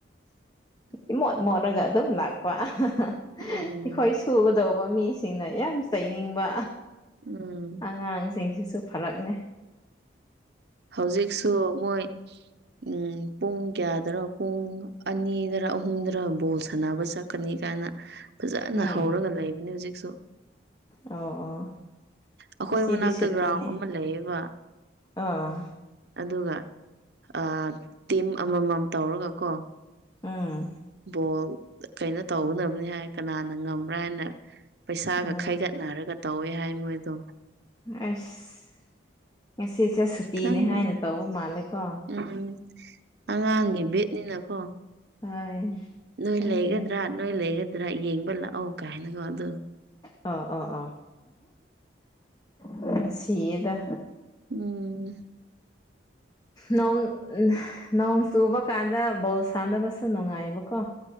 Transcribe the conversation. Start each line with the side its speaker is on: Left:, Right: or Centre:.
Left: <inaudible> ꯏꯃꯣꯠ ꯃꯣꯠꯂꯒ ꯑꯗꯨꯝ ꯂꯥꯛꯄ ꯑꯩꯈꯣꯏ
Right: ꯎꯝ
Left: ꯁꯨꯒꯗꯧꯕ ꯃꯤꯁꯤꯡ ꯁꯤꯅ ꯌꯥꯝ ꯆꯩꯅꯤꯡꯕ
Right: ꯎꯝ
Left: ꯑꯉꯥꯡꯁꯤꯡꯁꯤꯁꯨ ꯐꯔꯛꯅꯦ
Right: ꯍꯧꯖꯤꯛꯁꯨ ꯃꯣꯏ ꯎꯝ ꯄꯨꯡ ꯀꯌꯥꯗꯔꯣ ꯄꯨꯡ ꯑꯅꯤꯗ꯭ꯔꯥ ꯑꯍꯨꯝꯗ꯭ꯔꯥ ꯕꯣꯜ ꯁꯥꯟꯅꯕ ꯆꯠ ꯀꯅꯤ ꯀꯥꯏꯅ ꯐꯥꯖꯅ
Left: ꯎꯝ
Right: ꯍꯧꯔꯒ ꯂꯩꯕꯅꯤ ꯍꯧꯖꯤꯛꯁꯨ
Left: ꯑꯣ ꯑꯣ
Right: ꯑꯩꯈꯣꯏ
Left: ꯉꯁꯤꯗꯤ
Right: ꯃꯅꯥꯛꯇ
Left: ꯁꯨꯇꯤꯅꯦ
Right: ꯒ꯭ꯔꯥꯎꯟ ꯑꯃ ꯂꯩꯌꯦꯕ
Left: ꯑꯥ
Right: ꯑꯗꯨꯒ ꯑꯥ ꯇꯤꯝ ꯑꯃꯃꯝ ꯇꯧꯔꯒ ꯀꯣ
Left: ꯑꯥ
Right: ꯕꯣꯜ ꯀꯩꯅꯣ ꯇꯧꯒꯅꯕꯅꯤ ꯍꯥꯏ ꯀꯅꯥꯅ ꯉꯝꯕ꯭ꯔꯥ ꯍꯥꯏꯅ ꯄꯩꯁꯥꯒ
Left: ꯎꯝ
Right: ꯈꯥꯏꯒꯠꯅꯔꯒ ꯇꯧꯋꯦ ꯍꯥꯏ ꯃꯣꯏꯗꯣ
Left: ꯑꯁ ꯉꯁꯤꯁꯦ ꯁꯨꯇꯤꯅꯦ
Right: ꯈꯪꯗꯦ
Left: ꯍꯥꯏꯅ ꯇꯧꯕ ꯃꯥꯜꯂꯦꯀꯣ
Right: ꯎꯝ ꯑꯉꯥꯡꯒꯤ ꯕꯦꯠꯅꯤꯅꯀꯣ
Left: ꯍꯣꯏ
Right: ꯅꯣꯏ
Left: ꯑꯗꯨꯅꯦ
Right: ꯂꯩꯒꯗ꯭ꯔꯥ ꯅꯣꯏ ꯂꯩꯒꯗ꯭ꯔꯥ ꯌꯦꯡꯕ ꯂꯥꯛꯑꯣ ꯀꯥꯏꯅꯀꯣ ꯑꯗꯨ
Left: ꯑꯣ ꯑꯣ ꯑꯣ ꯅꯨꯡꯁꯤꯌꯦꯗ
Right: ꯎꯝ
Left: ꯅꯣꯡ ꯅꯣꯡ ꯆꯨꯕ ꯀꯥꯟꯗ ꯕꯣꯜ ꯁꯥꯟꯅꯕꯁꯨ ꯅꯨꯡꯉꯥꯏꯕꯀꯣ